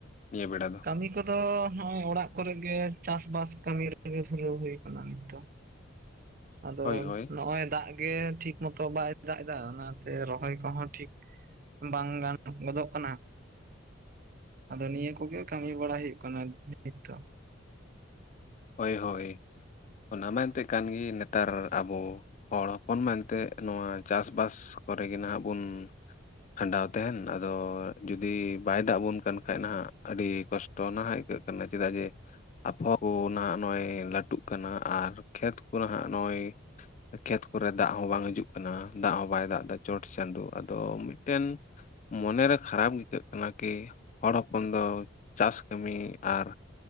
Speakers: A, on the left; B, on the right.
A: ᱱᱤᱭᱟᱹ ᱵᱮᱲᱟ ᱫᱚ᱾
B: ᱠᱟᱹᱢᱤ ᱠᱚᱫᱚ ᱱᱚᱜᱼᱚᱭ ᱚᱲᱟᱜ ᱠᱚᱨᱮ ᱜᱮ ᱪᱟᱥ-ᱵᱟᱥ ᱠᱟᱹᱢᱤ ᱨᱮᱜᱮ ᱫᱷᱩᱨᱟᱹᱣ ᱦᱩᱭ ᱟᱠᱟᱱᱟ ᱱᱤᱛ ᱫᱚ ᱾ ᱟᱫᱚ
A: ᱦᱳᱭ ᱦᱳᱭ
B: ᱱᱚᱜᱼᱚᱭ ᱫᱟᱜ ᱜᱮ ᱴᱷᱤᱠ ᱢᱚᱛᱚ ᱵᱟᱭ ᱫᱟᱜ ᱮᱫᱟ ᱚᱱᱟ ᱛᱮ ᱨᱚᱦᱚᱭ ᱠᱚᱦᱚᱸ ᱴᱷᱤᱠ ᱵᱟᱝ ᱜᱟᱱ ᱜᱚᱫᱚᱜ ᱠᱟᱱᱟ᱾ ᱟᱫᱚ ᱱᱤᱭᱟᱹ ᱠᱚᱜᱮ ᱠᱟᱹᱢᱤ ᱵᱟᱲᱟ ᱦᱩᱭᱩᱜ ᱠᱟᱱᱟ ᱱᱤᱛ ᱫᱚ᱾
A: ᱦᱳᱭ ᱦᱳᱭ ᱚᱱᱟ ᱢᱟ ᱮᱱᱛᱮᱫ ᱠᱟᱱ ᱜᱮ ᱱᱮᱛᱟᱨ ᱟᱵᱚ ᱦᱚᱲ ᱦᱚᱯᱚᱱ ᱢᱮᱱᱛᱮ ᱱᱚᱣᱟ ᱪᱟᱥᱵᱟᱥ ᱠᱚᱨᱮᱜᱮ ᱱᱟᱦᱟᱜ ᱵᱚᱱ ᱠᱷᱟᱸᱰᱟᱣ ᱛᱟᱦᱮᱱ ᱟᱫᱚ ᱡᱩᱫᱤ ᱵᱟᱭ ᱫᱟᱜ ᱟᱵᱚᱱ ᱠᱟᱱ ᱠᱷᱟᱡ ᱱᱟᱦᱟᱜ ᱟᱹᱰᱤ ᱠᱚᱥᱴ ᱴᱚ ᱱᱟᱦᱟᱜ ᱟᱹᱭᱠᱟᱹᱜ ᱠᱟᱱᱟ ᱪᱮᱫᱟᱜ ᱡᱮ <unintelligible> ᱱᱟᱦᱟᱜ ᱱᱚᱜ-ᱚᱭ ᱞᱟᱹᱴᱩᱜ ᱠᱟᱱᱟ ᱟᱨ ᱠᱷᱮᱛ ᱠᱚᱨᱮ ᱦᱟᱸᱜ ᱱᱚᱜ-ᱚᱭ ᱠᱷᱮᱛ ᱠᱚᱨᱮ ᱫᱟᱜ ᱦᱚᱸ ᱵᱟᱝ ᱦᱤᱡᱩᱜ ᱠᱟᱱᱟ ᱫᱟᱜ ᱦᱚᱸ ᱵᱟᱭ ᱫᱟᱜ ᱫᱟ ᱪᱚᱴ ᱪᱟᱸᱫᱳ ᱟᱫᱚ ᱢᱤᱫᱴᱮᱱ ᱢᱚᱱᱮ ᱨᱮ ᱠᱷᱟᱨᱟᱯ ᱟᱹᱭᱠᱟᱹᱜ ᱠᱟᱱᱟ ᱠᱤ ᱦᱚᱲ ᱦᱚᱯᱚᱱ ᱫᱚ ᱪᱟᱥ ᱠᱟᱹᱢᱤ ᱟᱨ